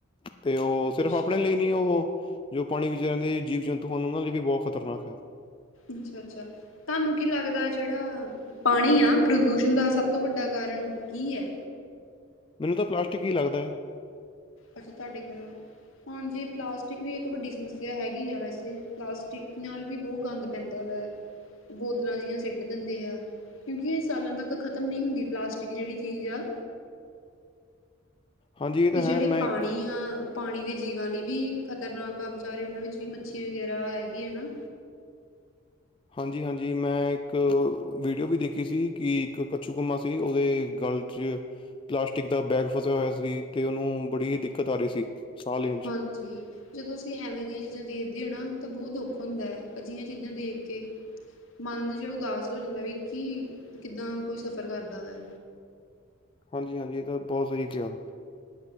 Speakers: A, on the left (about 25°); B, on the left (about 85°).
A: ਤੇ ਓ ਸਿਰਫ਼
B: ਅੱਛਾ।
A: ਆਪਣੇ ਲਈ ਨੀ ਉਹ ਜੋ ਪਾਣੀ ਵਿੱਚ ਰਹਿੰਦੇ ਜੀਵ ਜੰਤੂ ਹਨ ਉਹਨਾਂ ਲਈ ਵੀ ਬਹੁਤ ਖ਼ਤਰਨਾਕ ਹੈ।
B: ਅੱਛਾ ਅੱਛਾ। ਤੁਹਾਨੂੰ ਕੀ ਲੱਗਦਾ ਜਿਹੜਾ ਪਾਣੀ ਆ ਪ੍ਰਦੂਸ਼ਣ ਦਾ ਸਭ ਤੋਂ ਵੱਡਾ ਕਾਰਨ ਕੀ ਐ।
A: ਮੈਨੂੰ ਤਾਂ ਪਲਾਸਟਿਕ ਈ ਲੱਗਦਾ।
B: ਅੱਛਾ ਤੁਹਾਡੇ ਘਰੋਂ, ਹਾਂਜੀ ਪਲਾਸਟਿਕ ਵੀ ਇੱਕ ਵੱਡੀ ਸਮੱਸਿਆ ਹੈਗੀ ਆ ਵੈਸੇ ਪਲਾਸਟਿਕ ਨਾਲ ਵੀ ਬਹੁਤ ਗੰਦ ਪੈਂਦਾ ਵੇ।?? ਬੋਤਲਾਂ ਜਿਹੀਆਂ ਸਿੱਟ ਦਿੰਦੇ ਆ ਕਿਉਂਕਿ ਇਹ ਸਾਲਾਂ ਤੱਕ ਖਤਮ ਨਈਂ ਹੁੰਦੀ ਪਲਾਸਟਿਕ ਜਿਹੜੀ ਚੀਜ਼ ਆ।
A: ਹਾਂਜੀ ਇਹ ਤਾਂ
B: ਤੇ
A: ਹੈ
B: ਜਿਹੜੇ
A: ਮੈਂ
B: ਪਾਣੀ
A: ਇੱਕ
B: ਆ ਪਾਣੀ ਦੇ ਜੀਵਾਂ ਲਈ ਵੀ ਖ਼ਤਰਨਾਕ ਆ ਵਿਚਾਰੇ ਉਹਨਾਂ ਵਿੱਚ ਵੀ ਮੱਛੀ ਵਗੈਰਾ ਹੈਗੀ ਹੈ ਨਾ।
A: ਹਾਂਜੀ ਹਾਂਜੀ, ਮੈਂ ਇੱਕ ਵੀਡੀਓ ਵੀ ਦੇਖੀ ਸੀ ਕਿ ਇੱਕ ਕੱਛੂ ਕੰਮਾਂ ਸੀ ਉਹਦੇ ਗਲ ਚ ਪਲਾਸਟਿਕ ਦਾ ਬੈਗ ਫਸਿਆ ਹੋਇਆ ਸੀ ਤੇ ਉਹਨੂੰ ਬੜੀ ਹੀ ਦਿੱਕਤ ਆ ਰਹੀ ਸੀ। ਸਾਹ ਲੈਣ 'ਚ
B: ਹਾਂਜੀ। ਜਦੋਂ ਅਸੀਂ ਐਵੇਂ ਦੀਆਂ ਚੀਜ਼ਾਂ ਦੇਖਦੇ ਹ ਨਾ ਤਾਂ ਬਹੁਤ ਦੁੱਖ ਹੁੰਦਾ ਐ ਅਜਿਹੀਆਂ ਚੀਜ਼ਾਂ ਦੇਖ ਕੇ। ਮਨ ਜਿਆ ਉਦਾਸ ਹੋ ਜਾਂਦਾ ਵੀ ਕੀ ਕਿੱਦਾਂ ਕੋਈ ਸਫ਼ਰ ਕਰਦਾ ਵਾ।
A: ਹਾਂਜੀ ਹਾਂਜੀ, ਇਹ ਤਾਂ ਬਹੁਤ ਸਹੀ ਕਿਹਾ।